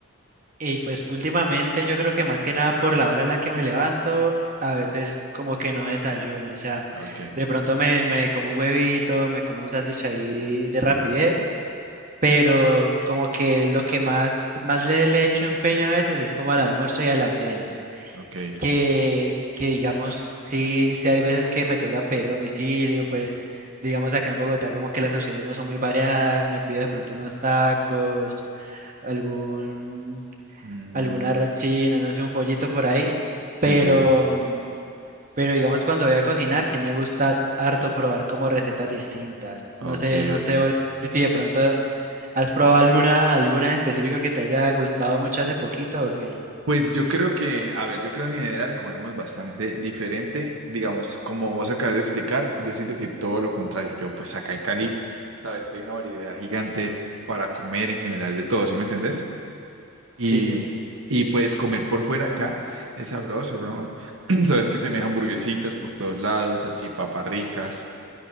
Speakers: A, on the right; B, on the right.
A: Y pues últimamente yo creo que más que nada por la hora en la que me levanto, a veces como que no desayuno, o sea,
B: Ok,
A: de pronto me, me como un huevito, me como un sándwich ahí de rapidez, pero como que lo que más, más le, le echo empeño a veces es como al almuerzo y a la cena.
B: ok.
A: que, que digamos, sí, sí hay veces que me toca pedir domicilio, pues digamos acá en Bogotá como que las opciones no son muy variadas, me pido de pronto unos tacos, algún,
B: Mm,
A: algún arroz chino, no sé, un pollito por ahí,
B: sí,
A: pero,
B: sí, sí.
A: pero digamos cuando voy a cocinar sí me gusta harto probar como recetas distintas,
B: Ok,
A: no sé, no
B: ok.
A: sé vos si de pronto has probado alguna, alguna en específico que te haya gustado mucho hace poquito o qué.
B: Pues yo creo que, a ver, yo creo que en general comemos bastante diferente, digamos, como vos acabas de explicar, yo siento que todo lo contrario, yo pues acá en Cali, sabes que hay una variedad gigante para comer en general de todo, ¿sí me entendés? Y,
A: Sí, sí,
B: y pues comer por fuera acá es sabroso, bro. <clears throat> Sabes que tenés hamburguesitas por todos lados, salchipapas ricas.